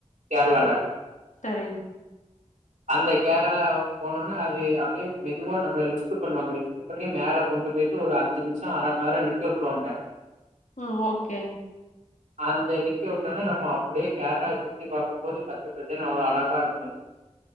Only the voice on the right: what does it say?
கேரளால
அந்த கேரளால போனனோனே அது அப்டியே மெதுவா நம்மள லிஃப்ட் பண்ணுவாங்க லிஃப்ட் பண்ணி மேல கொண்டு போயிட்டு ஒரு அஞ்சு நிமிச அரமன்நேர நிக்க விட்ருவாங்க
அந்த நிக்க விட்டோனே நம்ம அப்டியே கேரளாவ சுத்தி பாக்குபோது பச்ச பசேல்னு அவ்ளோ அழகா இருக்கு